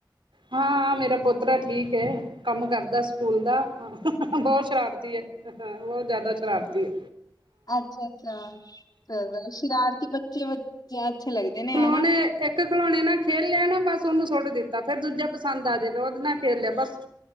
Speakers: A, on the right; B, on the left.
A: ਹਾਂ ਮੇਰਾ ਪੁੋਤਰਾ ਠੀਕ ਏ ਕੰਮ ਕਰਦਾ ਸਕੂਲ ਦਾ ਬੋਤ ਸ਼ਰਾਰਤੀ ਏ ਹ ਬੋਤ ਜ਼ਾਦਾ ਸ਼ਰਾਰਤੀ ਏ
B: ਅੱਛਾ, ਅੱਛਾ ਚ ਸ਼ਰਾਰਤੀ ਬੱਚੇ ਅੱਛੇ ਲੱਗਦੇ ਨੇ
A: ਖਿਲੌਣੇ
B: ਹਨਾ
A: ਇੱਕ ਖਲੌਣੇ ਨਾਲ ਖੇਲ ਲਿਆ ਨਾ ਬਸ ਉਹਨੂੰ ਸੁੱਟ ਦਿੱਤਾ ਫੇਰ ਦੂਜਾ ਪਸੰਦ ਆ ਜੇਗਾ ਉਹਦੇ ਨਾਲ ਖੇਲ ਲਿਆ ਬਸ